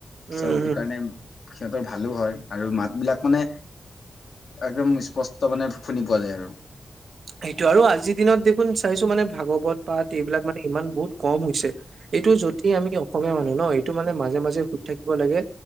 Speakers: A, on the right; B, on the left.
A: উম
B: চ সেইকাৰণে
A: হম
B: <unintelligible> সিহঁতৰ ভালো হয় আৰু মাত বিলাক মানে, একদম স্পষ্ট মানে শুনি পোৱা যায় আৰু।
A: সেইটো আৰু আজিৰ দিনত দেখোন চাইছো মানে ভাগৱ- পাত এইবিলাক মানে ইমান বহুত কম হৈছে। এইটো যদি আমি অসমীয়া মানুহ ন এইটো মানে মাজে মাজে সুধি থাকিব লাগে।